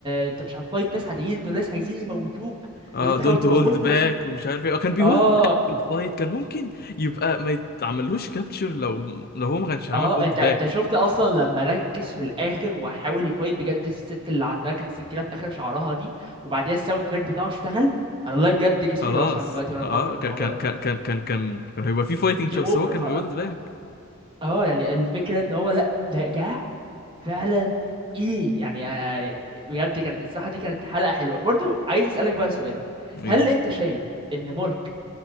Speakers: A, on the right; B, on the left.
A: انت مش هتفايت ناس عاديين دول ناس عايزين يموتوك
B: اه
A: لازم تحاول
B: don't
A: تموتهم
B: hold back ومش عارف ايه آه، كان بيهولد
A: اه
B: باك في الفايت كان ممكن يبقى ما يتعملوش كابتشر لو لو هو ما كانش عمل
A: اه
B: هولد
A: انت
B: باك
A: انت شفت اصلا لما ركز في الاخر وحاول يفايت بجد الست اللي عندها كان سكينه في اخر شعرها دي وبعديها الساوند تراك بتاعه اشتغل انا والله بجد جسمي
B: خلاص
A: بيقشعر دلوقتي وانا
B: اه
A: بفكر في
B: كان
A: الموضوع
B: كان
A: ده
B: كان كان كان كان كان هيبقى في فايتنج
A: جيم
B: شو بس
A: اوفر
B: هو كان
A: خ-
B: بيهولد باك
A: اه يعني الفكره ان هو لا ده جه فعلا ايه يعني انا بجد كانت الصراحه دي كانت حلقه حلوه برضو عايز اسالك بقى سؤال
B: ايه
A: هل انت شايف ان مارك